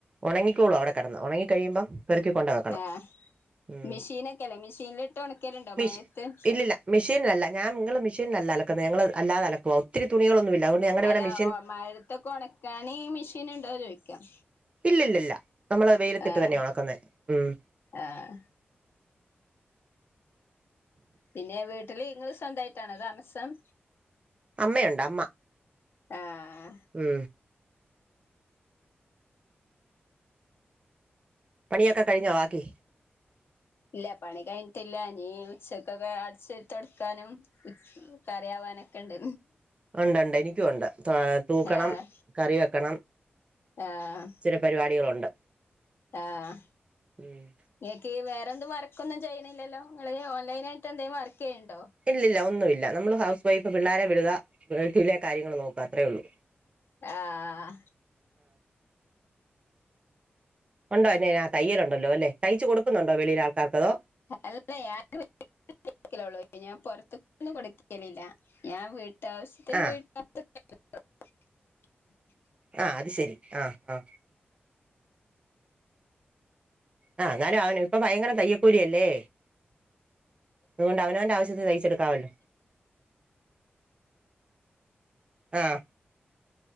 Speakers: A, on the right; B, on the left.
A: ഒണങ്ങിക്കോളും അവിടെ കെടന്ന് ഒണങ്ങി കഴിയുമ്പം പെറുക്കി കൊണ്ട് വെക്കണം
B: ആഹ്
A: ഉം
B: മെഷീനൊക്കെല്ലേ മെഷീനിലിട്ട് ഒണക്കലുണ്ടോ
A: മിഷ്
B: മഴയത്ത്
A: ഇല്ലല്ല മിഷീൻലല്ല ഞാൻ നിങ്ങള് മേഷീൻലല്ല അല ഞങ്ങള് അല്ലാതെ അലക്കുവാ ഒത്തിരി തുണികളൊന്നുല്ല അതുകൊണ്ട് ഞങ്ങടെവിടെ
B: അല്ല
A: മി
B: മഴത്തൊക്കെ ഉണക്കാൻ മെഷീൻ ഉണ്ടാവ ചോദിക്കാം
A: ഇല്ലില്ലില്ല നമ്മള് വെയിലത്തിട്ട്
B: ആഹ
A: തന്നെയാ ഉണക്കുന്നെ ഉം
B: ആഹ പിന്നെ വീട്ടിൽ ഇങ്ങൾ സ്വന്തമായിട്ട് തെന്നെയാണോ താമസം
A: അമ്മയുണ്ട് അമ്മ
B: ആഹ്
A: മ് പണിയാക്കാ കഴിഞ്ഞാ ബാക്കി
B: ഇല്ല പണി കഴിഞ്ഞിട്ടില്ല ഇനീ ഉച്ചക്കൊക്കെ അടിചേരി തുടക്കാനും ഉമ് കറിയാവാനോക്കെ ക്കെഉണ്ട്
A: ഉണ്ടണ്ട് എനിക്കും ഉണ്ട് തൂക്കണം
B: ആഹ്
A: കറി വെക്കണം
B: ആഹ്
A: ചില പരിപാടികളുണ്ട്
B: ആഹ്
A: ഉം
B: ങ്ങൾക്ക് വേറെന്ത വർക്ക് ഒന്നും ചെയ്യിണിഇല്ലല്ലോ നിങ്ങൾ ഓൺലൈനാആയിട്ട് എന്തെങ്കും വർക്ക് ചെയ്യന്നുണ്ടോ
A: ഇല്ലില്ല ഒന്നുമില്ല നമ്മള് ഹൗസ് വൈഫ് പിള്ളേരെ വിടുക വീട്ടിലെ കാര്യങ്ങള് നോക്കുക അത്രേ ഉള്ളു
B: ആഹ
A: ഉണ്ടോ എന്ന തയ്യലുണ്ടല്ലോ അല്ലേ തയ്ച്ച കൊടുക്കുന്നുണ്ടോ വെളിയിൽ ആൾക്കാർക്ക അതോ
B: അല്ലഞൻ <unintelligible> ഞാൻ പുറത്തന്നും കൊടുക്കലില്ല ഞാൻ വീട്ട വീട്ടാവിഷ്യത്തിന്
A: ആഹ്
B: <unintelligible>
A: ആ അത് ശരി ആ ആഹ ആ് എന്നാലും അവന ഇപ്പ ഭയങ്കര തയ്യൽക്കൂലിയല്ലേ അതുകൊണ്ട് അവനവന്റെ ആവശ്യത്തി തയിച്ചെടുക്കാവല്ലോ ആഹ